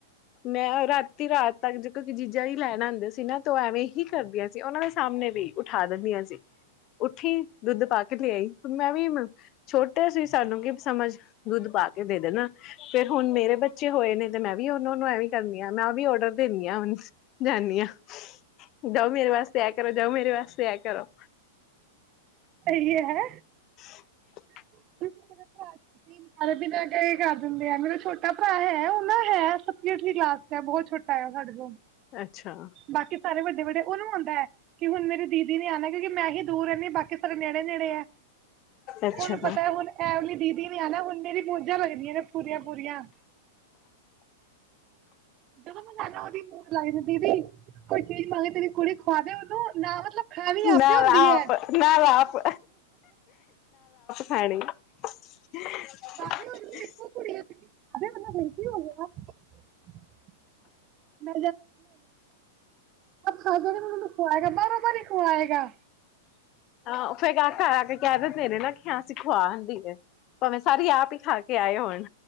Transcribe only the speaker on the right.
ਇਹੀ ਏ ਹੈ।
ਦੀਦੀ ਮੇਰਾ ਭਰਾ <unintelligible> ਸਾਰਾ ਦਿਨ <unintelligible> ਕਰ ਦਿੰਦੇ ਆ ਮੇਰਾ ਛੋਟਾ ਭਰਾ ਹੈ ਉਹ ਨਾ ਹੈ ਸੱਤਵੀ, ਅੱਠਵੀਂ ਕਲਾਸ ਚ ਹੈ ਬਹੁਤ ਛੋਟਾ ਹੈ ਸਾਡੇ ਤੋਂ।
ਬਾਕੀ ਸਾਰੇ ਵੱਡੇ ਵੱਡੇ ਉਹਨੂੰ ਨੂੰ ਹੁੰਦਾ ਹੈ ਕਿ ਹੁਣ ਮੇਰੇ ਦੀਦੀ ਨੇ ਆਣਾ ਐ ਕਿਉਂਕਿ ਮੈਂ ਹੀ ਦੂਰ ਰਹਿੰਦੀ ਬਾਕੀ ਸਾਰੇ ਨੇੜੇ-ਨੇੜੇ ਐ,
ਉਹਨੂੰ ਪਤਾ ਹੁਣ ਐ ਵਾਲੀ ਦੀਦੀ ਨੇ ਆਨਾ ਹੁਣ ਮੇਰੀ ਬੂ ਜ਼ਾਂ ਲੱਗਦੀਆਂ ਨੇ ਪੂਰੀਆਂ-ਪੂਰੀਆਂ। ਜਦੋਂ ਮੈਂ ਜਾਨਾ ਓਹਦੀ <unintelligible> ਲੱਗਦੀ ਦੀਦੀ ਕੋਈ ਚੀਜ਼ <unintelligible> ਤੇਰੀ ਕੁੜੀ ਖਵਾਦੇ ਉਹਨੂੰ ਨਾ ਮਤਲਬ ਖਾਨੀ ਆਪਨੇ
ਹੁੰਦੀ
ਐ।
ਦੇ <unintelligible> ਅਰੇ ਮੈਨੂੰ ਲੱਗਦੀ <unintelligible> ਆਪ ਖਾਏਗਾ, <unintelligible> ਬਾਰੋ ਬਾਰ ਹੀ ਖੁਆਏਗਾ।